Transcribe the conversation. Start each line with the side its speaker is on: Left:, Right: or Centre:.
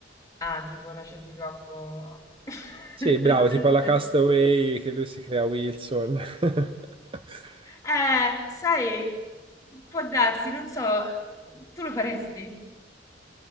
Left: ah, tipo noce di cocco. <laughs>
Right: Sì, bravo, tipo alla Castaway che lui si crea Wilson. <laughs>
Left: eh, sai, può darsi, non so, tu lo faresti?